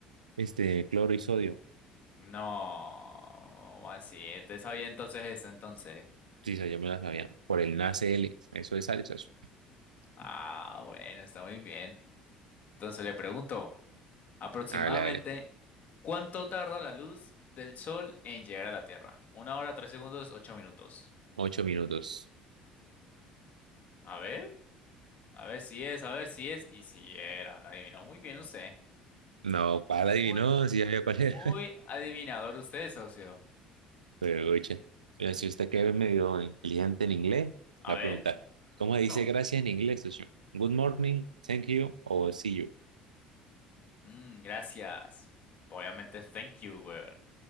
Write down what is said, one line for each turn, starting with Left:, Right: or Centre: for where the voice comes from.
Right: este cloro y sodio.
Left: No, así, te sabía entonces eso entonces.
Right: Sí, sí, yo me la sabía. Por el NaCl. Eso es sal, socio.
Left: Ah, bueno, está muy bien. Entonces le pregunto, aproximadamente,
Right: Hágale, hágale.
Left: ¿cuánto tarda la luz del sol en llegar a la Tierra? Una hora, tres segundos, ocho minutos.
Right: Ocho minutos.
Left: A ver, a ver si es, a ver si es, y si era, la adivinó muy bien usted.
Right: No, ¿cuál
Left: Muy
Right: adivinó? Si ya había cuál era.
Left: Muy adivinador usted, socio.
Right: <laughs> Pero, oye, mira, si usted que es medio inteligente en inglés,
Left: A
Right: la
Left: ver.
Right: a preguntar, ¿cómo
Left: Mucho.
Right: se dice gracias en inglés, socio? Good morning, thank you o see you.
Left: Mm, gracias. Obviamente, thank you, weón.